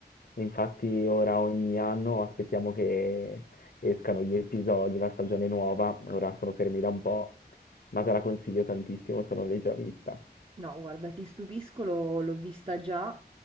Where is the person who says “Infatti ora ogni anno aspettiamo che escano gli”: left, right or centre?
Left